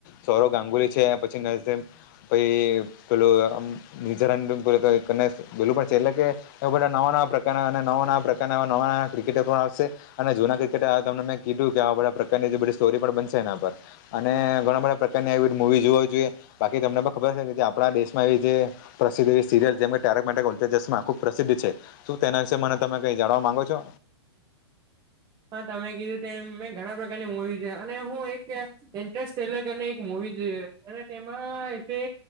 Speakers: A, on the left; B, on the right.
A: સૌરવ ગાંગુલી છે પછી મહેશ પહી પેલું ન્યુઝીલેન્ડ બેલું પડશે એટલે કે એ બધા નવા નવા પ્રકારના અને નવા નવા પ્રકારના નવા નવા ક્રિકેટર પણ આવશે અને જૂના ક્રિકેટ તમને મેં કીધું કે આ બધા પ્રકારની જે બધી સ્ટોરી પણ બનશે એના પર અને ઘણા બધા પ્રકારની એવી મુવી જો હો જોઈએ બાકી તમને પણ ખબર હસે કે આપણા દેશમાં એવી જે પ્રસિદ્ધ એવી સિરિયલ જેમાં તારક મેહતા કા ઉલ્ટા ચશ્મા ખૂબ પ્રસિદ્ધ છે શું તેના વિશે મને તમે કઈ જાણવા માંગો છો
B: હા તમે કીધું તેમ મેં ઘણા પ્રકારની મુવી છે અને હું એક એન્ટરેસ્ટ ટેલક અને એક મુવી જો હતી અને તેમાં એટલે